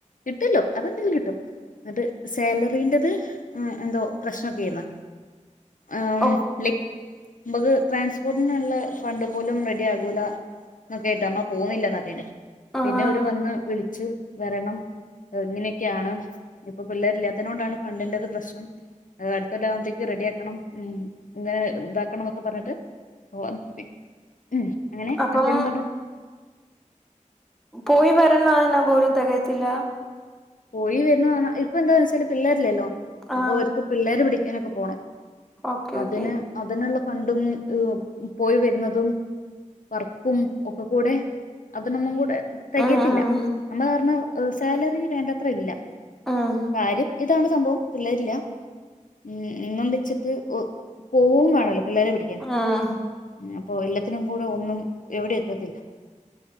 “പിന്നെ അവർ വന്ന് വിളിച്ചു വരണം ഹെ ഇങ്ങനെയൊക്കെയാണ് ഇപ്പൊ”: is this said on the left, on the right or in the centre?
Left